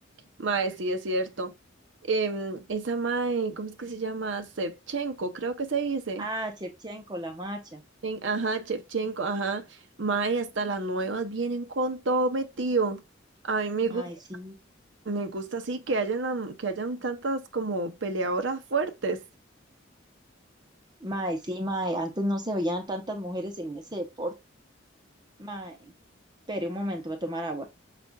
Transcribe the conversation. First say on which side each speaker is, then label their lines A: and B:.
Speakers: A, on the right (about 65°); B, on the right (about 20°).
A: Mae, sí, es cierto. Em, esa mae, ¿cómo es que se llama? Shevchenko, creo que se dice.
B: Ah, Chepchenko, la macha.
A: En- ajá, Shevchenko, ajá. Mae, hasta las nuevas vienen con todo metido. A mí me gusta,
B: Mae, sí.
A: me gusta así que hayan, am- que hayan tantas como peleadoras fuertes.
B: Mae, sí, mae, antes no se veían tantas mujeres en ese deporte. Mae, espere un momento para tomar agua.